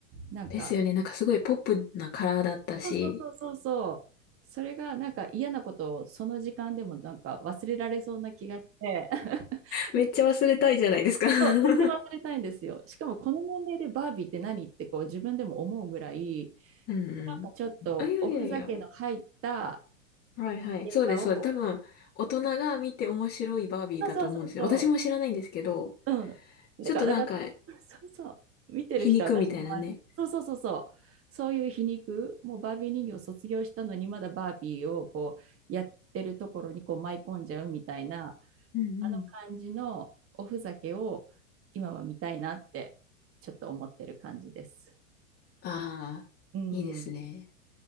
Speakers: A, on the right; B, on the left.
A: なんか、
B: ですよね。なんかすごいポップなカラーだったし、
A: そうそうそうそうそう、それがなんか嫌なことをその時間でもなんか忘れられそうな気がして、<laughs>
B: めっちゃ忘れたいじゃないですか <laughs> うん
A: そう、めっちゃ忘れたいんですよ。しかもこの年齢でバービーって何ってこう自分でも思うぐらい、
B: うん。
A: なんかちょっとおふざけの入った
B: あ、いやいやいや。はいはい。
A: 映画を、
B: そうです、そうです。多分、大人が見て面白いバービーだと思うんですよ。
A: そうそうそうそ
B: 私も知らないんですけど、
A: う、うん。
B: ちょっとなんか、
A: だから、だから、そうそう、見てる人、
B: 皮肉みたいなね。
A: 私の周り、そうそうそうそう、そういう皮肉、もうバービー人形を卒業したのに、まだバービーをこうやってるところにこう舞い込んじゃうみたいな、
B: うんうん。
A: あの感じのおふざけを今は見たいなって、ちょっと思ってる感じです。
B: ああ、
A: うん。
B: いいですね。